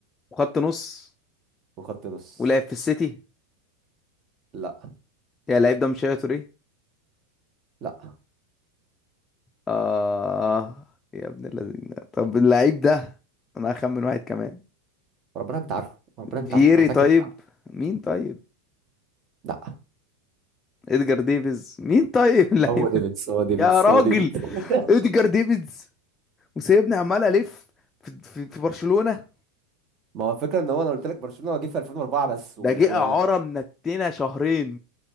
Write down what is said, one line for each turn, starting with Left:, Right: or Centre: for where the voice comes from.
Left: وخط نص
Right: وخط نص
Left: ولعب في السيتي
Right: لا
Left: يا اللعيب ده مش هي توريه
Right: لا
Left: آه يا ابن الذين طب اللعيب ده أنا هخمن واحد كمان
Right: ربنا انت عارفه ربنا انت
Left: فييري
Right: عارفه انا متأكد
Left: طيب مين طيب
Right: لا
Left: ادجار ديفيز مين طيب <laughs> اللعيب
Right: هو ديفيدز
Left: ده
Right: هو ديفيدز
Left: يا راجل
Right: هو ديفيدز <laughs>
Left: ادجار ديفيز وسايبني عمال الف في, في, في برشلونة
Right: ما هو الفكرة ان هو انا قلت لك برشلونة هو جه في 2004 بس و
Left: ده جه اعاره منتنا شهرين